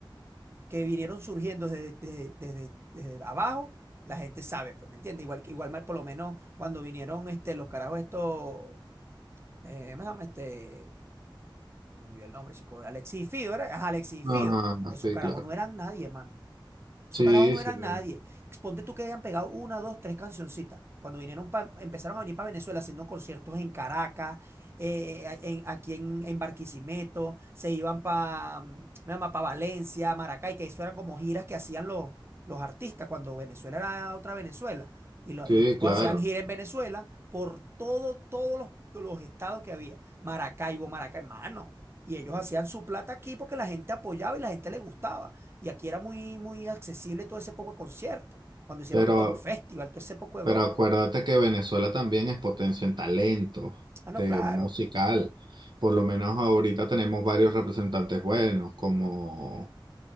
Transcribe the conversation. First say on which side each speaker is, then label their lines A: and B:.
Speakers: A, on the right; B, on the right.
A: que vinieron surgiendo desde, desde- desde- desde abajo, la gente sabe, pues, ¿me entiendes? Igual que igual mal, por lo menos cuando vinieron este, los carajos estos, eh, ¿cómo se llama? Este, me olvidó el nombre, chico, Alexis y Fido, ¿era? Ajá, Alexis y Fido.
B: Ah,
A: Esos
B: sí,
A: carajos
B: claro.
A: no eran nadie, hermano. Esos
B: Sí,
A: carajos no
B: sí,
A: eran nadie. Ponte tú que hayan pegado una, dos, tres cancioncitas. Cuando vinieron pa- empezaron a venir para Venezuela haciendo conciertos en Caracas, eh, eh, a- en- aquí en, en Barquisimeto, se iban para para Valencia, Maracay, que eso eran como giras que hacían los, los artistas cuando Venezuela era otra Venezuela. Y, lo-
B: sí,
A: y los tipos
B: claro.
A: hacían gira en Venezuela por todo, todos los, los estados que había. Maracaibo, Maracay, mano. Y ellos hacían su plata aquí porque la gente apoyaba y la gente le gustaba. Y aquí era muy, muy accesible todo ese poco de concierto. Cuando hicieron
B: Pero,
A: el Talk Festival, todo ese poco de
B: pero
A: broma.
B: acuérdate que Venezuela también es potencia en talento,
A: Ah, no,
B: de
A: claro.
B: musical. Por lo menos ahorita tenemos varios representantes buenos, como